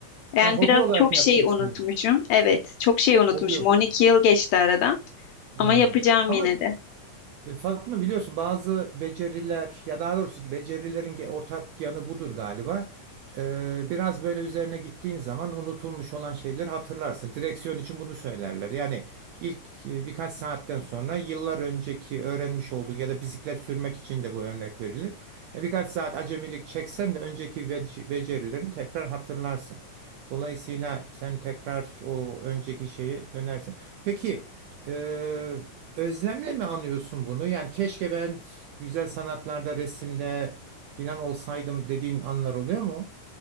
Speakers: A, on the left; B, on the right.
A: Yani
B: Ha, hobi
A: biraz
B: olarak
A: çok
B: mı
A: şey
B: yapacaksın
A: unutmuşum.
B: bunu?
A: Evet, çok şey unutmuşum.
B: Hobi. ol-
A: 12 yıl geçti aradan ama
B: Hmm.
A: yapacağım
B: Ama
A: yine de.
B: e, Fatma biliyorsun bazı beceriler ya daha doğrusu ki becerilerin ge- ortak yanı budur galiba. Ee, biraz böyle üzerine gittiğin zaman unutulmuş olan şeyleri hatırlarsın. Direksiyon için bunu söylerler. Yani İlk e, birkaç saatten sonra yıllar önceki öğrenmiş olduğun ya da bisiklet sürmek için de bu örnek verilir. Ya birkaç saat acemilik çeksen de önceki bec- becerilerini tekrar hatırlarsın. Dolayısıyla sen tekrar o önceki şeyi dönersin. Peki e, özlemle mi anıyorsun bunu? Yani keşke ben güzel sanatlarda, resimde filan olsaydım dediğin anlar oluyor mu?